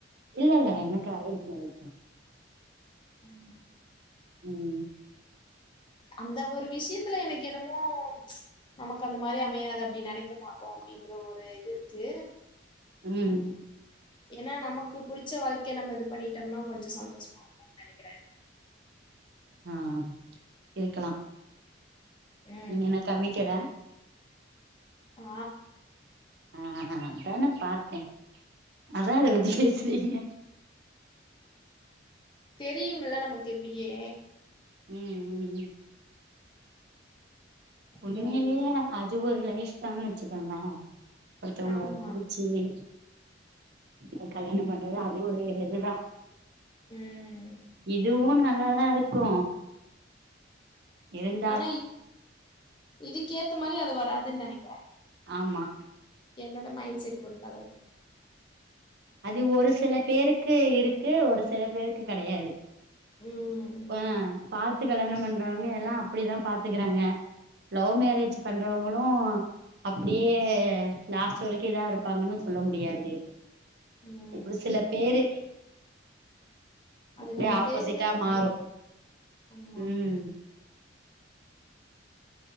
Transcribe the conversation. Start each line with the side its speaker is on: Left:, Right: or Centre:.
Right: இல்லல்ல எனக்கு அரேஞ்ச்சு மேரேஜ் தா
Left: ம்
Right: ம்
Left: அந்த ஒரு விஷயத்துல எனக்கு என்னமோ நமக்கு அந்த மாரி அமையாது அப்டி நெனைக்க மாட்டோ அப்டின்ற ஒரு இது இருக்கு
Right: ம்
Left: ஏனா நமக்கு புடுச்ச வாழ்க்கையை நம இது பண்ணிட்டம்னா கொஞ்சோ சந்தோஷமா இருக்குன் நெனைக்கிறே
Right: ஆ இருக்கலா
Left: ம்
Right: நீங்க என்னா கமிட்டடா
Left: ஆ
Right: ஆ அதான பாத்தே அதா அத பத்தி பேசுறீங்க
Left: தெரியுமுல்ல நமக்கு இப்பயே
Right: ம் ம் ம்
Left: இந்த
Right: உண்மேலயே
Left: ஒரு இது
Right: அது ஒரு லைஃப் தான் வச்சுக்கோங்க ஒருத்தவுங்கள
Left: ஆமா
Right: புடிக் சேரி அ கல்யாண பண்றது அது ஒரு இதுதா
Left: ம்
Right: இதுவு நல்லாதா இருக் கூ எல்
Left: ஆனா இ இதுக்கேத்த மாரி அது வராதுன் நெனக்கிறே
Right: ஆமா
Left: என்னோட மைண்ட் செட் பொறுத்தளவுக்
Right: அது ஒரு சில பேருக்கு இருக்கு ஒரு சில பேருக்கு கடையாது
Left: ம்
Right: ஆ பாத்து கல்யாண பண்றவங்க எல்லா அப்டிதா பாத்துக்கிறாங்க லவ் மேரேஜ் பண்றவங்களு அப்டியே லாஸ்ட் வரைக்கூ இதா இருப்பாங்கனு சொல்ல முடியாது
Left: ம்
Right: ஒரு சில பேரு
Left: அது
Right: அப்டியே
Left: நம்ம
Right: ஆப்போசிட்டா
Left: தேர்ந்தெடுக்கணு
Right: மாறு
Left: ஆமா
Right: ம்